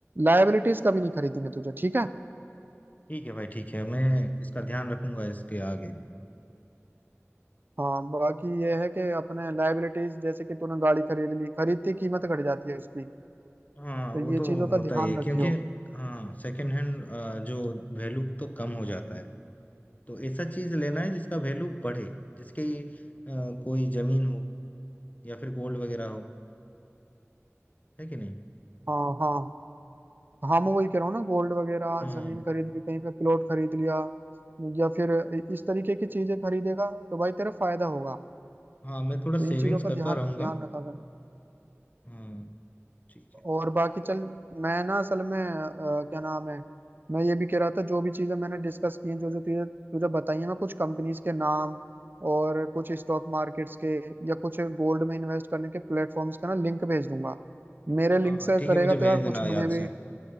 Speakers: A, on the right; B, on the left.
A: लायबिलिटीज कभी नहीं खरीदनी तुझे ठीक है
B: ठीक है भाई ठीक है मैं इसका ध्यान रखूंगा इसके आगे
A: हाँ बाकी ये है कि अपने लायबिलिटीज जैसे कि तूने गाड़ी खरीद ली खरीदती कीमत घट जाती है उसकी
B: हाँ
A: तो
B: वो
A: ये
B: तो
A: चीजों का
B: होता
A: ध्यान
B: ही है
A: रखियो
B: क्योंकि हाँ सेकंड हैंड जो वैल्यू तो कम हो जाता है तो ऐसा चीज लेना है जिसका वैल्यू बढ़े जिसके अ, कोई जमीन हो या फिर गोल्ड वगैरह हो है कि नहीं
A: हाँ हाँ हाँ मैं वही कह रहा हूँ ना गोल्ड वगैरह
B: हाँ
A: जमीन खरीद ली कहीं पे प्लॉट खरीद लिया या फिर इस तरीके की चीजें खरीदेगा तो भाई तेरा फायदा होगा
B: हाँ मैं थोड़ा
A: तो इन
B: सेविंग्स
A: चीजों का
B: करता
A: ध्यान
B: रहूंगा
A: ध्यान रखा कर
B: हाँ ठीक है
A: और बाकी चल मैं ना असल में अ, क्या नाम है मैं ये भी कह रहा था जो भी चीजें मैंने डिस्कस की हैं जो जो तुझे तुझे बताई हैं मैं कुछ कंपनीज के नाम और कुछ स्टॉक मार्केट्स के या कुछ गोल्ड में इन्वेस्ट करने के प्लेटफॉर्म्स का ना लिंक भेज दूंगा मेरे लिंक
B: हाँ हाँ
A: से
B: ठीक
A: करेगा
B: है मुझे
A: तो
B: भेज
A: यार
B: देना
A: कुछ मुझे
B: याद
A: भी
B: से